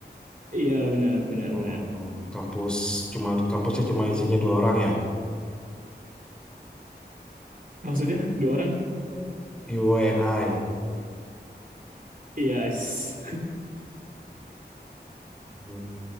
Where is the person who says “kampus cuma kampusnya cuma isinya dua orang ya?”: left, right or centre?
Centre